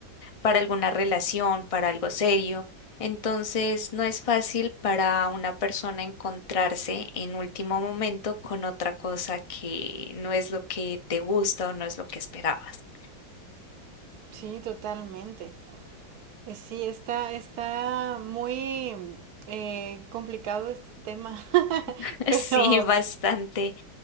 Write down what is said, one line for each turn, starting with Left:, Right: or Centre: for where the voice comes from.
Left: para alguna relación, para algo serio. Entonces, no es fácil para una persona encontrarse en último momento con otra cosa que no es lo que te gusta o no es lo que esperabas.
Right: Sí, totalmente. Eh, Sí, está, está muy eh, complicado este tema, <laughs>
Left: <laughs>
Right: pero,
Left: Sí, bastante.